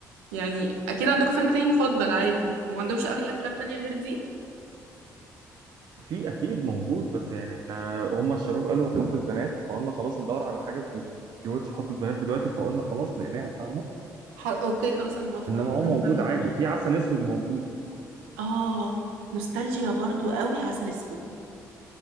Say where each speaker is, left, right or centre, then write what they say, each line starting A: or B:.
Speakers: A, on the right (about 80°); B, on the right (about 55°).
A: يعني اكيد عندكم فيلم تاني مفضل عادي وما عندهمش اي افلام تانية غير دي
B: في اكيد موجود بس يعني احنا هم الشباب قالوا حب البنات فقلنا خلاص ندور على حاجه بت- بتريوتش حب البنات دلوقتي فقلنا خلاص لقيناها فاهمه
A: ح... اوكي خلاص انا موافقه
B: انما
A: انا
B: هو
A: بموت
B: موجود عادي
A: فيه
B: في عسل اسود موجود
A: اه نوستالجيا برضو قوي عسل اسود